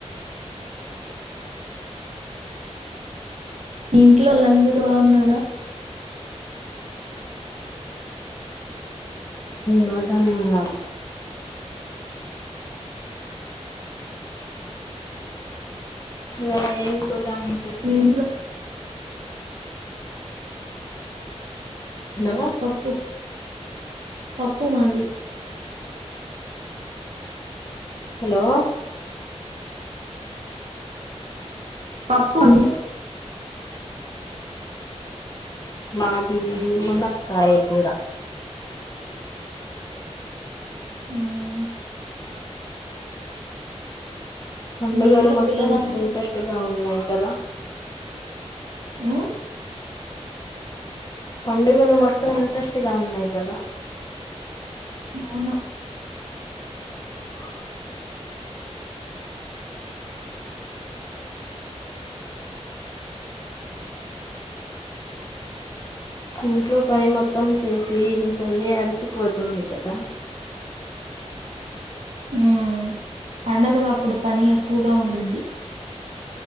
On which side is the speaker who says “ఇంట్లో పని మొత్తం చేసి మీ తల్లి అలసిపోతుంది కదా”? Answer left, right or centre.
Left